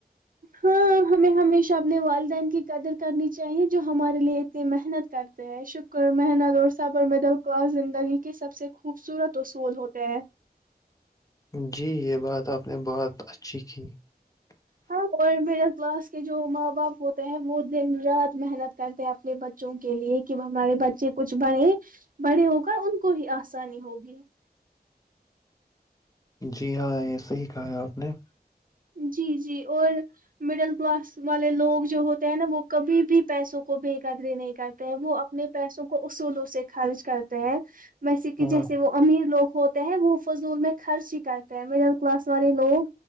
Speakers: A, on the right; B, on the left.
A: ہاں ہمیں ہمیشہ اپنے والدین کی قدر کرنی چاہیے جو ہمارے لیے اتنی محنت کرتے ہیں شکر محنت اور صبر مڈل کلاس زندگی کے سب سے خوبصورت اصول ہوتے ہیں
B: جی یہ بات آپ <unintelligible> نے بات اچھی کیھی <unintelligible>
A: ہاں گ بھی ج <unintelligible> کلاس کے جو ماں باپ ہوتے ہیں وہ دن رات محنت کرتے ہیں اپنے بچوں کے لیے کہ ہمارے بچے کچھ بڑے بڑے ہو کر ان کو ہی آسانی ہوگی
B: جی ہاں ایسے ہی کہا ہے آپ نے
A: جی جی اور مڈل کلاس والے لوگ جو ہوتے ہیں نا وہ کبھی بھی پیسوں کو بے قدری نہیں کرتے ہیں وہ اپنے پیسوں کو اصولوں سے خرچ کرتے ہیں ویسے کہ
B: ہاں
A: جیسے وہ امیر لوگ ہوتے ہیں وہ فضول میں خرچ ہی کرتے ہیں مڈل کلاس والے لوگ